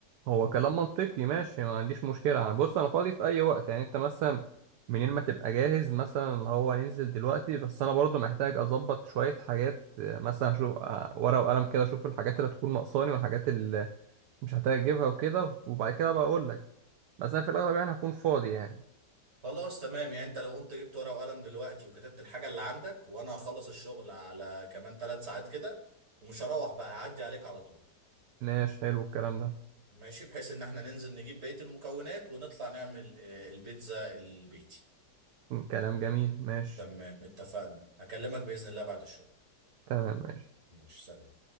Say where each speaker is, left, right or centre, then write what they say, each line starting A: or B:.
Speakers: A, on the right (about 75°); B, on the right (about 40°).
A: هو كلام منطقي ماشي ما عنديش مشكلة يعني بص انا فاضي في اي وقت يعني انت مثلا منين ما تبقى جاهز مثلا اللي هو ننزل دلوقتي بس انا برضو محتاج اظبط شوية حاجات آه، مثلا اشوف آه، ورقة وقلم كده اشوف الحاجات اللي هتكون ناقصاني والحاجات اللي مش هحتاج اجيبها وكده وبعد كده بقى اقول لك بس انا في الاغلب يعني هكون فاضي يعني
B: خلاص تمام يعني انت لو قمت جبت ورقة وقلم دلوقتي وكتبت الحاجة اللي عندك وانا هخلص الشغل على كمان ثلاث ساعات كده ومش هروح بقى هعدي عليك على طول
A: ماشي حلو الكلام ده
B: ماشي بحيث ان احنا ننزل نجيب بقية المكونات ونطلع نعمل آه، البيتزا البيتي
A: كلام جميل ماشي
B: تمام اتفقنا هكلمك بإذن الله بعد الشغل
A: تمام ماشي
B: ماشي سلام